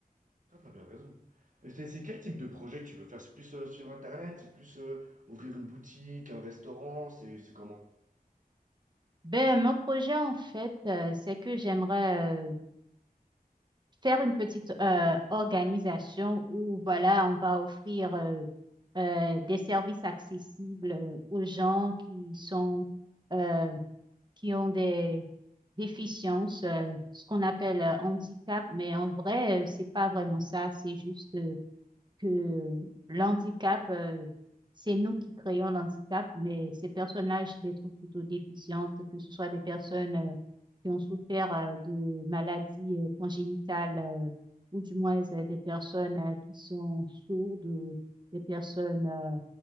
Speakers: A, on the right; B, on the right.
A: Ah, t'as bien raison. Et C'est c'est quel type de projet que tu veux faire? C'est plus euh, sur Internet? C'est plus euh, ouvrir une boutique, un restaurant? C'est c'est comment?
B: Ben, mon projet, en fait, euh, c'est que j'aimerais euh, faire une petite euh, organisation où, voilà, on va offrir euh, euh, des services accessibles euh, aux gens qui sont, euh, qui ont des déficiences, euh, ce qu'on appelle euh, handicap, mais en vrai, euh, c'est pas vraiment ça, c'est juste euh, que l'handicap, euh, c'est nous qui créons l'handicap, mais ces personnes-là, je les trouve plutôt déficientes, que ce soit des personnes euh, qui ont souffert euh, de maladies euh, congénitales, euh, ou du moins euh, des personnes euh, qui sont sourdes, euh, des personnes euh,